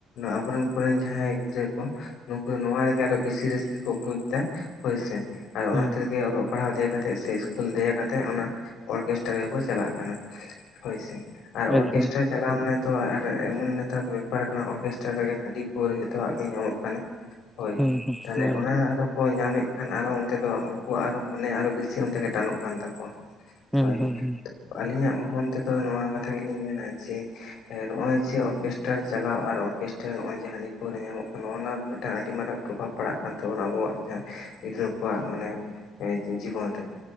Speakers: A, on the left (about 70°); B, in the centre.
A: ᱟᱵᱚᱨᱮᱱ ᱠᱚ ᱨᱮᱱ ᱡᱟᱦᱟᱸᱭ ᱜᱤᱫᱽᱨᱟᱹ ᱠᱚ, ᱱᱩᱠᱩ ᱱᱚᱣᱟ ᱨᱮᱜᱮ ᱟᱨᱚ ᱵᱮᱥᱤ ᱨᱟᱹᱥᱠᱟᱹ ᱠᱚ ᱵᱩᱡ ᱮᱫᱟ ᱾ ᱦᱳᱭᱥᱮ ᱟᱨ ᱚᱱᱟ
B: ᱦᱩᱸ
A: ᱠᱷᱟᱛᱤᱨ
B: ᱦᱩᱸ
A: ᱜᱮ ᱚᱞᱚᱜ ᱯᱟᱲᱦᱟᱜ ᱫᱮᱭᱟ ᱠᱟᱛᱮᱜ ᱥᱮ ᱥᱠᱩᱞ ᱫᱮᱭᱟ ᱠᱟᱛᱮᱜ ᱚᱱᱟ ᱚᱨᱠᱮᱥᱴᱨᱟ ᱜᱮᱠᱚ ᱪᱟᱞᱟᱜ ᱠᱟᱱᱟ ᱦᱳᱭᱥᱮ ᱟᱨ
B: ᱮᱠᱫᱚᱢ
A: ᱚᱨᱠᱮᱥᱴᱟᱨ ᱪᱟᱞᱟᱣ ᱢᱟᱱᱮ ᱫᱚ ᱟᱨ ᱮᱢᱚᱱ ᱱᱮᱛᱟᱨ ᱵᱮᱯᱟᱨ ᱟᱠᱟᱱᱟ ᱚᱨᱜᱮᱥᱴᱟᱨ ᱨᱮᱜᱮ ᱦᱟᱺᱰᱤ ᱯᱟᱹᱣᱨᱟᱹ ᱡᱚᱛᱚᱣᱟᱜ ᱜᱮ ᱧᱟᱢᱚᱜ ᱠᱟᱱᱟ ᱾ ᱦᱳᱭ
B: ᱦᱩᱸ ᱦᱩᱸ
A: ᱛᱟᱦᱚᱞᱮ
B: ᱦᱩᱸ
A: ᱚᱱᱟ ᱟᱫᱚ ᱠᱚ ᱧᱟᱢᱮᱫ ᱠᱷᱟᱱ, ᱟᱨᱚ ᱚᱱᱛᱮ ᱫᱚ ᱩᱱᱠᱩᱣᱟᱜ ᱟᱨᱚ ᱢᱚᱱᱮ ᱟᱨᱚ ᱵᱮᱥᱤ ᱚᱱᱛᱮ ᱜᱮ ᱴᱟᱱᱚᱜ ᱠᱟᱱ ᱛᱟᱠᱚᱣᱟ᱾
B: ᱦᱩᱸ
A: ᱦᱳᱭ
B: ᱦᱩᱸ
A: ᱟᱹᱞᱤᱧᱟᱜ ᱢᱚᱱ ᱛᱮᱫᱚ ᱱᱚᱣᱟ ᱠᱟᱛᱷᱟ ᱜᱮᱞᱤᱧ ᱢᱮᱱᱟ ᱡᱮ ᱱᱚᱜᱼᱚᱭ ᱡᱮ ᱚᱨᱠᱮᱥᱴᱟᱨ ᱪᱟᱞᱟᱣ ᱟᱨ ᱚᱨᱠᱮᱥᱴᱟᱨ ᱱᱚᱜᱼᱚᱭ ᱡᱮ ᱦᱟᱺᱰᱤ ᱯᱟᱹᱣᱨᱟᱹ ᱧᱟᱢᱚᱜ ᱠᱟᱱᱟ ᱱᱚᱜ ᱱᱚᱶᱟ ᱢᱤᱫᱴᱟᱝ ᱟᱹᱰᱤ ᱢᱟᱨᱟᱝ ᱯᱨᱚᱵᱷᱟᱵᱽ ᱯᱟᱲᱟᱜ ᱠᱟᱱ ᱛᱟᱵᱚᱱᱟ ᱟᱵᱚᱣᱟᱜ ᱡᱟᱦᱟ ᱜᱤᱫᱽᱨᱟᱹ ᱠᱚᱣᱟᱜ ᱢᱟᱱᱮ ᱡᱤᱵᱚᱱ ᱨᱮ